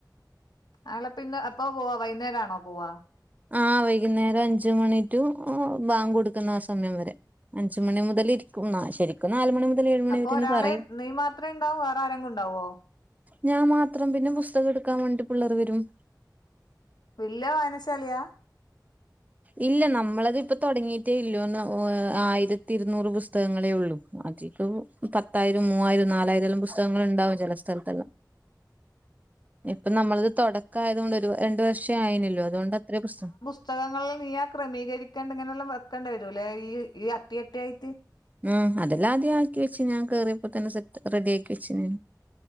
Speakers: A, on the left; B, on the right.
A: ആളെ പിന്ന് അപ്പൊ വൈകുന്നേ രാണോ പോവാ?
B: ആഹ് വൈകുന്നേരം അഞ്ച് മണി റ്റു ബാങ്ക് കൊടുക്കുന്ന ആ സമയം വരെ. അഞ്ചുമണി മുതൽ ഇരിക്കും ആ ശെരി. ക്ക് നാല്മണി മുതൽ. മണി
A: അപ്പൊ
B: വരെന്ന്
A: ഒരാളെ
B: പറയും
A: നീ മാത്രേ ഉണ്ടാവൂ വേറെ ആരെങ്കിലും ഉണ്ടാവൊ?
B: ഞാൻമാത്രം പിന്നെ പുസ്തകം എടുക്കാൻ വേണ്ടി പുള്ളര് വരും
A: വല്ല്യ വായനശാലയാ
B: ഇല്ല നമ്മളത് ഇപ്പ തൊടങ്ങിയിട്ടേ ള്ളു ഒന്ന് ആയിരത്തി ഇരുന്നൂറ് പുസ്തകങ്ങളേ ഒള്ളൂ അധികവും പത്തായിരം മൂവ്വായിരം നാലായിരം എല്ലാം പുസ്തകങ്ങള്ണ്ടാവും ചെല സ്ഥലത്തെല്ലാം
A: ഉ <inaudible>
B: ഇപ്പൊ നമ്മളത് തൊടക്കായതോണ്ട് ഒരു രണ്ടു വർഷം ആയന്നെള്ളു അതുകൊണ്ട് അത്രയും പ്രശ്നം
A: പുസ്തകങ്ങളെല്ലാം നീ ആ ക്രമീകരിക്കേണ്ട ഇങ്ങനെല്ലാം വെക്കേണ്ടി വരൂല്ലേ ഈ ഈ അട്ടി അട്ടിയായി
B: ആ അതെല്ലാ ആദ്യം ആക്കി വെച്ച് ഞാൻ കേറിയപ്പതന്നെ സെറ്റ് റെഡിയാക്കി വെച്ണ്